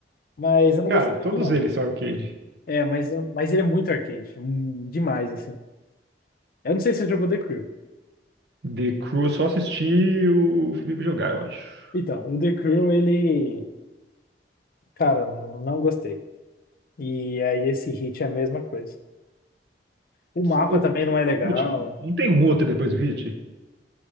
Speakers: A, on the left; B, on the right.
A: Mas eu não
B: Cara,
A: gostei
B: todos
A: muito, não.
B: eles são arcade.
A: É, mas, mas ele é muito arcade. hum, demais, assim. Eu não sei se você jogou The Crew.
B: The Crew, eu só assisti o Felipe jogar, eu acho.
A: Então, o The Crew, ele. Cara, não gostei. E aí, esse Hit é a mesma coisa. O mapa
B: O
A: também
B: Hit
A: não é legal.
B: é o último. Não tem um outro depois do Hit?